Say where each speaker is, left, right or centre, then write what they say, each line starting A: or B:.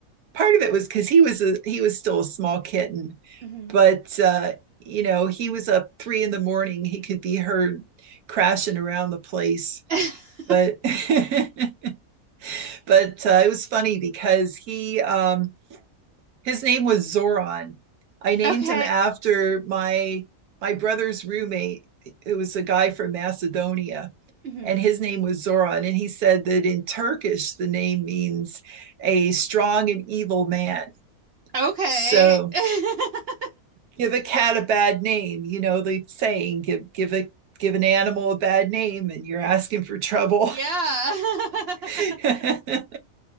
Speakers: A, on the right; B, on the right.
A: part of it was because he was a he was still a small kitten,
B: hmm
A: but uh, you know, he was up three in the morning. He could be heard crashing around the place.
B: <laughs>
A: But <laughs> but uh, it was funny because he um His name was Zoran. I named
B: Okay.
A: him after my my brother's roommate. It was a guy from Macedonia,
B: hmm
A: and his name was Zoran. And he said that in Turkish, the name means a strong and evil man.
B: Okay.
A: So
B: <laughs>
A: give a cat a bad name, you know the saying, give give a give an animal a bad name and you're asking for trouble.
B: Yeah. <laughs>
A: <laughs>